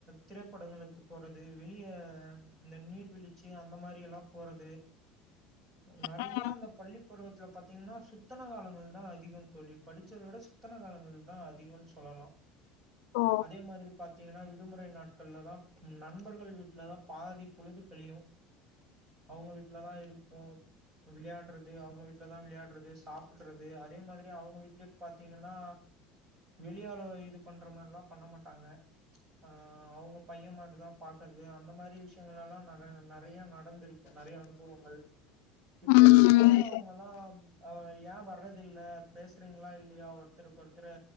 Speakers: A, on the right; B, on the left.
A: திரைப்படங்களுக்கு போறது வெளிய இந்த நீர்வீழ்ச்சி அந்த மாதிரி எல்லாம் போறது நெறைய
B: ம்.
A: அந்த பள்ளி பருவத்துல பாத்தீங்கன்னா சுத்தன காலங்கள் தா அதிகம் தோழி படிச்சத விட சுத்தன காலங்கள் தா அதிகன் சொல்லலா
B: ஓ!
A: அதே மாதிரி பா பாத்தீங்கன்னா விடுமுறை நாட்கள்லதா நண்பர்கள் வீட்டுலதா பாதி பொழுது கழியு அவங்க வீட்டுலதா இருப்போ விளையாடுறது அவங்க வீட்டுலதா விளையாடுறது சாப்புடுறது அதே மாதிரி அவங்க வீட்ல பாத்தீங்கன்னா வெளியாலுவ இது பண்ற மார்ல்லா பண்ண மாட்டாங்க ஆ அவங்க பைய மாரிதா பாக்கறது அந்த மாரி விஷயங்கள் எல்லா நெறைய நெறைய நடந்துருக்கு நெறைய அனுபவங்கள் இப்ப
B: ம்.
A: வரைக்குமே அவங்க எல்லா ஏ வர்றது இல்ல பேசறீங்களா இல்லயா ஒருத்தருக்கு ஒருத்தரு